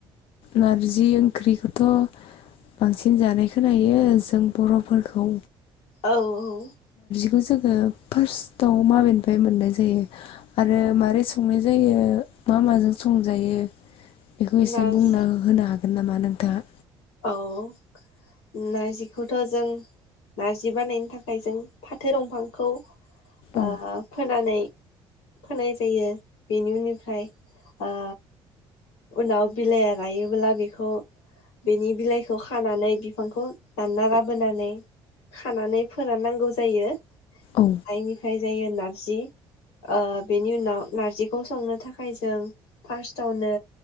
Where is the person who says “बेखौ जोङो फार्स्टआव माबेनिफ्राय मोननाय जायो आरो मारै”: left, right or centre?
Left